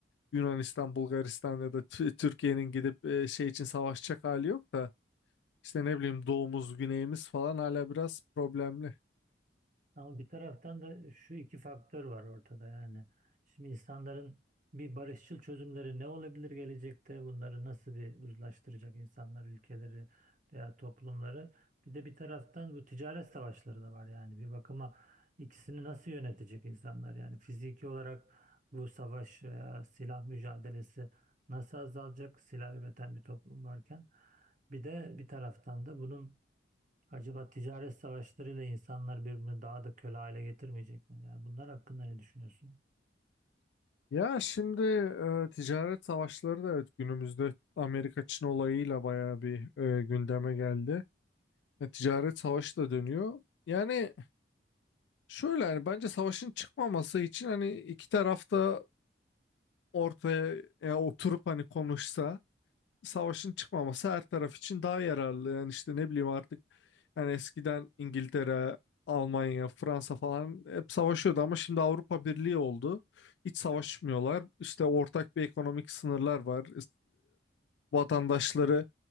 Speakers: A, on the left (about 75°); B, on the right (about 45°).
A: Yunanistan, Bulgaristan ya da Tü- Türkiye'nin gidip eee, şey için savaşacak hali yok da işte ne bileyim doğumuz, güneyimiz falan hala biraz problemli.
B: Ama bir taraftan da şu iki faktör var ortada yani. Şimdi insanların bir barışçıl çözümleri ne olabilir gelecekte? Bunları nasıl bir uzlaştıracak insanlar, ülkeleri veya toplumları? Bir de bir taraftan bu ticaret savaşları da var yani. Bir bakıma ikisini nasıl yönetecek insanlar? Yani fiziki olarak bu savaş veya silah mücadelesi nasıl azalacak silah üreten bir toplum varken? Bir de bir taraftan da bunun Acaba ticaret savaşlarıyla insanlar birbirini daha da köle hale getirmeyecek mi? Yani bunlar hakkında ne düşünüyorsun?
A: Ya şimdi eee, ticaret savaşları da evet günümüzde Amerika-Çin olayıyla bayağı bir eee, gündeme geldi. E, ticaret savaşı da dönüyor. Yani Şöyle yani bence savaşın çıkmaması için hani iki taraf da ortaya yani oturup hani konuşsa savaşın çıkmaması her taraf için daha yararlı. Yani işte ne bileyim artık yani eskiden İngiltere, Almanya, Fransa falan hep savaşıyordu ama şimdi Avrupa Birliği oldu. Hiç savaşmıyorlar. İşte ortak bir ekonomik sınırlar var vatandaşları